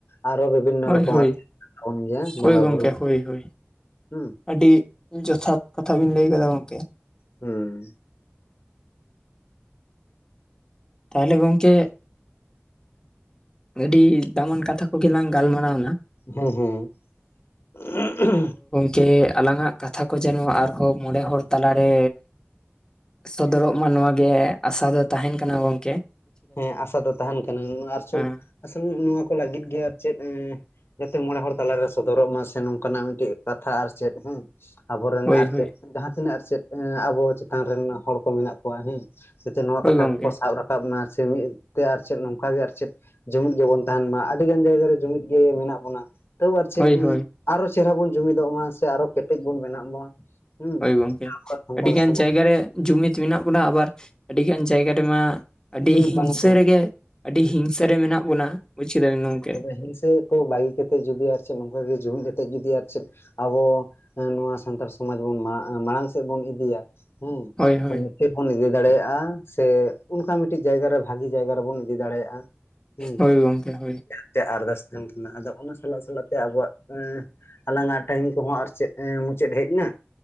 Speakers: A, on the left; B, on the left.
A: ᱟᱨᱚ ᱵᱤᱵᱷᱤᱱᱚ
B: ᱦᱳᱭ
A: ᱨᱚᱠᱚᱢ
B: ᱦᱳᱭ
A: ᱟᱨᱚᱱ ᱜᱮᱭᱟ ᱵᱚᱸᱜᱟ
B: ᱦᱳᱭ ᱜᱚᱢᱠᱮ
A: ᱵᱩᱨᱩ
B: ᱦᱳᱭ ᱦᱳᱭ
A: ᱦᱮᱸ᱾
B: ᱟᱹᱰᱤ ᱡᱚᱛᱷᱟᱛ ᱠᱟᱛᱷᱟ ᱵᱤᱧ ᱞᱟᱹᱭ ᱠᱟᱫᱟ ᱜᱚᱝᱠᱮ᱾
A: ᱦᱩᱸ᱾
B: ᱛᱟᱦᱚᱞᱮ ᱜᱚᱢᱠᱮ ᱟᱹᱰᱤ ᱫᱟᱢᱟᱱ ᱠᱟᱛᱷᱟ ᱠᱚᱜᱮ ᱞᱟᱝ ᱜᱟᱞᱢᱟᱨᱟᱣ ᱮᱱᱟ,
A: ᱦᱮᱸ ᱦᱮᱸ᱾
B: ᱠᱮ ᱟᱞᱟᱝᱟᱜ ᱠᱟᱛᱷᱟ ᱠᱚ ᱡᱮᱱᱚ ᱟᱨᱦᱚᱸ ᱢᱚᱬᱮ ᱦᱚᱲ ᱛᱟᱞᱟᱨᱮ ᱥᱚᱫᱚᱨᱚᱜ ᱢᱟ ᱱᱚᱣᱟ ᱜᱮ ᱟᱥᱟ ᱫᱚ ᱛᱟᱦᱮᱱ ᱠᱟᱱᱟ ᱜᱚᱝᱠᱮ,
A: ᱦᱮᱸ ᱟᱥᱟ ᱫᱚ ᱛᱟᱦᱮᱱ ᱠᱟᱱᱟ, ᱟᱥᱚᱞ
B: ᱦᱮᱸ
A: ᱟᱥᱚᱞ ᱱᱚᱣᱟ ᱠᱚ ᱞᱟᱹᱜᱤᱫ ᱜᱮ ᱟᱨ ᱪᱮᱫ ᱡᱟᱛᱮ ᱢᱚᱬᱮ ᱦᱚᱲ ᱛᱟᱞᱟᱨᱮ ᱥᱚᱫᱚᱨᱚᱜ ᱢᱟ ᱥᱮ ᱱᱚᱝᱠᱟᱱᱟᱜ ᱢᱤᱫᱴᱮᱱ ᱠᱟᱛᱷᱟ ᱟᱨ ᱪᱮᱫ ᱦᱮᱸ ᱟᱵᱚᱨᱮᱱ
B: ᱦᱳᱭ
A: ᱟᱨ
B: ᱦᱳᱭ
A: ᱪᱮᱫ ᱡᱟᱦᱟᱸ ᱛᱤᱱᱟᱹᱜ ᱟᱨ ᱪᱮᱫ ᱟᱵᱚ ᱪᱮᱛᱟᱱ ᱨᱮᱱ ᱦᱚᱲ ᱠᱚ ᱢᱮᱱᱟᱜ ᱠᱚᱣᱟ ᱦᱮᱸ ᱱᱚᱣᱟ
B: ᱦᱳᱭ
A: ᱠᱟᱛᱷᱟ
B: ᱜᱚᱢᱠᱮ
A: ᱠᱚᱠᱚ ᱥᱟᱵ ᱨᱟᱠᱟᱵ ᱨᱟᱠᱟᱵ ᱮᱱᱟ ᱥᱮ ᱢᱤᱫ ᱛᱮ ᱟᱨ ᱪᱮᱫ ᱱᱚᱝᱠᱟ ᱜᱮ ᱟᱨ ᱪᱮᱫ ᱡᱩᱢᱤᱫ ᱜᱮᱵᱚᱱ ᱛᱟᱦᱮᱱ ᱢᱟ ᱟᱹᱰᱤ ᱜᱟᱱ ᱡᱟᱭᱜᱟ ᱨᱮ ᱡᱩᱢᱤᱫ ᱜᱮ ᱢᱮᱱᱟᱜ ᱵᱚᱱᱟ ᱾ ᱛᱚ ᱟᱨ ᱪᱮᱫ
B: ᱦᱳᱭ ᱦᱳᱭ
A: ᱟᱨᱚ ᱪᱮᱦᱨᱟ ᱵᱚᱱ ᱡᱩᱢᱤᱫᱚᱜ ᱢᱟ ᱥᱮ ᱟᱨᱚ ᱠᱮᱴᱮᱡ ᱵᱚᱱ ᱵᱮᱱᱟᱜ ᱢᱟ᱾ ᱦᱮᱸ
B: ᱦᱳᱭ ᱜᱚᱢᱠᱮ
A: ᱥᱟᱱᱛᱟᱲ
B: ᱟᱹᱰᱤᱜᱟᱱ
A: ᱥᱚᱢᱟᱡᱽ
B: ᱡᱟᱭᱜᱟ ᱨᱮ ᱡᱩᱢᱤᱫ ᱢᱮᱱᱟᱜ ᱵᱚᱱᱟ ᱟᱵᱟᱨ ᱟᱹᱰᱤᱜᱟᱱ ᱡᱟᱭᱜᱟ ᱨᱮᱢᱟ ᱟᱹᱰᱤ
A: ᱡᱩᱢᱤᱫ
B: ᱦᱤᱝᱥᱟᱹ
A: ᱵᱟᱹᱱᱩᱜ ᱵᱚᱱᱟ
B: ᱨᱮᱜᱮ ᱟᱹᱰᱤ ᱦᱤᱝᱥᱟ ᱨᱮ ᱢᱮᱱᱟᱜ ᱵᱚᱱᱟ ᱵᱩᱡ ᱠᱮᱫᱟᱵᱤᱱ ᱜᱚᱝᱠᱮ,
A: ᱦᱤᱝᱥᱟᱹ, ᱵᱟᱹᱜᱤ ᱠᱟᱛᱮᱫ ᱡᱩᱫᱤ ᱟᱨ ᱪᱮᱫ ᱱᱚᱝᱠᱟ ᱜᱮ ᱡᱩᱢᱤᱫ ᱠᱟᱛᱮᱫ ᱡᱩᱫᱤ ᱟᱨ ᱪᱮᱫ, ᱟᱵᱚ ᱱᱚᱣᱟ ᱥᱟᱱᱛᱟᱲ ᱥᱚᱢᱟᱡᱽ ᱵᱚᱱ ᱢᱟᱲᱟᱝ ᱥᱮᱫ ᱵᱚᱱ ᱤᱫᱤᱭᱟ, ᱦᱮᱸ
B: ᱦᱳᱭ ᱦᱳᱭ
A: <inaudible> ᱱᱤᱥᱮ ᱵᱚᱱ ᱤᱫᱤ ᱫᱟᱲᱮᱭᱟᱜᱼᱟ ᱥᱮ, ᱚᱱᱠᱟ ᱢᱤᱫ ᱴᱮᱱ ᱡᱟᱭᱜᱟ ᱨᱮ ᱵᱷᱟᱜᱮ ᱡᱟᱭᱜᱟ ᱨᱮ ᱵᱚᱱ ᱤᱫᱤ ᱫᱟᱲᱮᱭᱟᱜᱼᱟ ᱦᱮᱸ,
B: ᱦᱳᱭ ᱜᱚᱢᱠᱮ ᱦᱳᱭ
A: ᱛᱮ ᱟᱨᱫᱟᱥ ᱛᱮᱦᱮᱱ ᱠᱟᱱᱟ ᱟᱫᱚ ᱚᱱᱟ ᱥᱟᱞᱟᱜ ᱥᱟᱞᱟᱜ ᱛᱮ ᱟᱵᱚᱣᱟᱜ, ᱟᱞᱟᱝᱟᱜ ᱴᱟᱭᱤᱢ ᱠᱚ ᱦᱚᱸ ᱟᱨ ᱪᱮᱫ ᱢᱩᱪᱟᱹᱫ ᱦᱮᱡ ᱮᱱᱟ,